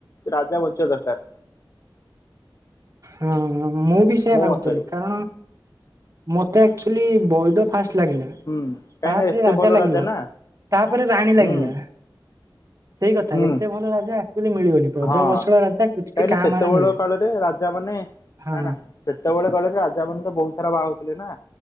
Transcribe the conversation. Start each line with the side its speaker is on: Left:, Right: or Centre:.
Left: ରାଜା ବଞ୍ଚିବା ଦରକାର।
Right: ହଁ ମୁଁ ବି ସେୟା
Left: ମୋ
Right: ଭାବୁଥିଲି
Left: ମତରେ
Right: କାରଣ ମତେ ଆଚୁଆଲି ବୈଦ ଫାଷ୍ଟ ଲାଗିଲା
Left: ହୁଁ କାହିଁକିନା
Right: ତାପରେ
Left: ଏତେ
Right: ରାଜା
Left: ଭଲ
Right: ଲାଗିଲା
Left: ନା
Right: ତାପରେ ରାଣୀ ଲାଗିଲା।
Left: ହୁଁ
Right: ସେଇ କଥା
Left: ହୁଁ
Right: ଏତେ ଭଲ ରାଜା ଆକ୍ଚୁଆଲି ମିଳିବନି ପ୍ରଜା
Left: ହଁ
Right: ବସଳ ରାଜା କିଛି
Left: କାହିଁକି
Right: କାଁ
Left: ନା ସେତେବେଳ
Right: ବାହାରେ ମିଳେ।
Left: କାଳରେ ରାଜା ମାନେ
Right: ହଁ
Left: ନା ନା ସେତେବେଳେ କହିଲେ ଯେ ରାଜା ମାନେ ତ ବହୁତ ସାରା ବାହା ହଉଥିଲେ ନା।